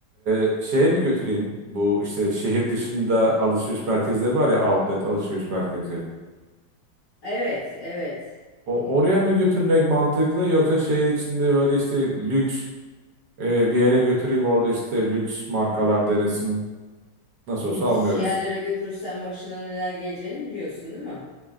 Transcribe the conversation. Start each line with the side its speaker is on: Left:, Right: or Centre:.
Right: e, şeye mi götüreyim? Bu işte şehir dışında alışveriş merkezleri var ya outlet alışveriş merkezleri.
Left: Evet, evet.
Right: O oraya mı götürmek mantıklı yoksa şehir içinde böyle işte lüks e, bir yere götüreyim orada işte lüks markalar denesin. Nasıl
Left: Lüks
Right: olsa almıyoruz.
Left: yerlere götürürsen başına neler geleceğini biliyorsun değil mi?